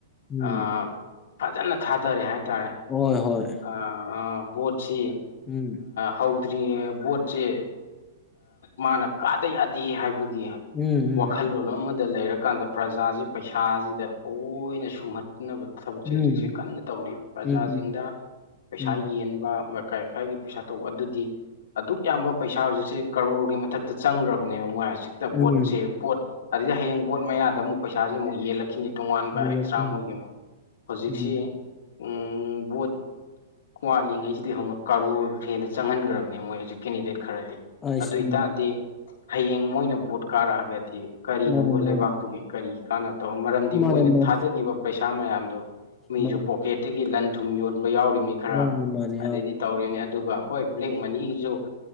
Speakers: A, on the left; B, on the left.
A: ꯎꯝ
B: ꯑꯥ ꯐꯖꯅ ꯊꯥꯗꯔꯦ ꯍꯥꯏꯇꯥꯔꯦ
A: ꯍꯣꯏ ꯍꯣꯏ
B: ꯑꯥ ꯑꯥ ꯚꯣꯠꯁꯤ
A: ꯎꯝ
B: ꯍꯧꯗ꯭ꯔꯤꯉꯩ ꯕꯣꯠ ꯁꯦ ꯃꯥꯅ ꯀꯥꯗ ꯌꯥꯗꯦ ꯍꯥꯏꯕꯒꯤ
A: ꯎꯝ ꯎꯝ
B: ꯋꯥꯈꯜꯂꯣꯟ ꯑꯃꯗ ꯂꯩꯔꯀꯥꯟꯗ ꯄ꯭ꯔꯖꯥꯁꯤ ꯄꯩꯁꯥꯖꯤꯗ ꯂꯣꯏꯅ ꯁꯨꯝꯍꯠꯟꯅꯕ ꯊꯕꯛꯁꯦ
A: ꯎꯝ
B: ꯍꯧꯖꯤꯛꯁꯦ ꯀꯟꯅ ꯇꯧꯔꯤ ꯄ꯭ꯔꯖꯥꯖꯤꯡꯗ
A: ꯎꯝ ꯎꯝ
B: ꯄꯩꯁꯥ
A: ꯎꯝ
B: ꯌꯦꯟꯕ ꯂꯩꯀꯥꯏ ꯂꯩꯀꯥꯏꯒꯤ ꯄꯩꯁꯥ ꯇꯧꯕ ꯑꯗꯨꯗꯤ ꯑꯗꯨꯛ ꯌꯥꯝꯕ ꯄꯩꯁꯥ ꯍꯧꯖꯤꯛꯁꯦ ꯀꯔꯣꯔꯒꯤ ꯃꯊꯛꯇ ꯆꯪꯒ꯭ꯔꯕꯅꯦꯕ ꯃꯣꯏ ꯍꯧꯖꯤꯛ
A: ꯎꯝ
B: ꯕꯣꯠꯁꯦ ꯄꯣꯠ ꯑꯗꯩ ꯍꯌꯦꯡ ꯕꯣꯠ ꯃꯌꯥꯗ ꯑꯃꯨꯛ ꯄꯩꯁꯥꯖꯦ ꯑꯃꯨꯛ ꯌꯦꯜꯂꯛꯈꯤꯅꯤ ꯇꯣꯉꯥꯟꯕ
A: ꯎꯝ
B: ꯑꯦꯛꯁꯇ꯭ꯔꯥ
A: ꯎꯝ
B: ꯃꯣꯏꯒꯤ ꯍꯧꯖꯤꯛꯁꯤ
A: ꯎꯝ
B: ꯎꯡ ꯕꯣꯠ ꯋꯥꯠꯂꯤꯉꯩꯖꯤꯗꯩ ꯍꯧꯅ ꯀꯥꯔꯣꯔ ꯍꯦꯟꯅ ꯆꯪꯍꯟꯒ꯭ꯔꯕꯅꯦ ꯃꯣꯏ ꯍꯧꯖꯤꯛ ꯀꯦꯟꯗꯤꯗꯦꯠ ꯈꯔꯗꯤ
A: ꯑꯁ
B: ꯑꯗꯨ ꯑꯣꯏꯇꯥꯔꯗꯤ
A: ꯎꯝ
B: ꯍꯌꯦꯡ ꯃꯣꯏꯅ ꯚꯣꯠ ꯀꯥꯔꯛꯑꯒꯗꯤ ꯀꯔꯤꯅꯣꯕ
A: ꯃꯥꯅꯦ ꯃꯥꯅꯦ
B: ꯂꯩꯕꯥꯛꯇꯨꯒꯤ ꯀꯔꯤꯒꯤ ꯀꯥꯟꯅꯕ ꯇꯧ ꯃꯔꯝꯗꯤ
A: ꯃꯥꯅꯦ
B: ꯃꯣꯏꯅ
A: ꯃꯥꯅꯦ
B: ꯊꯥꯗꯈꯤꯕ ꯄꯩꯁꯥ ꯃꯌꯥꯝꯗꯣ ꯃꯤꯁꯨ
A: ꯃꯥꯅꯦ
B: ꯄꯣꯀꯦꯠ ꯇꯥꯒꯤ ꯂꯟ ꯊꯨꯝ ꯌꯣꯟꯕ ꯌꯥꯎꯔꯤꯅꯤ ꯈꯔ
A: ꯃꯥꯅꯦ ꯃꯥꯅꯦ
B: ꯑꯗꯩꯗꯤ
A: ꯌꯥꯎꯋꯦ
B: ꯇꯧꯔꯦꯅꯦ ꯑꯗꯨꯒ ꯍꯣꯏ ꯕ꯭ꯂꯦꯛ ꯃꯅꯤꯒꯤꯖꯨ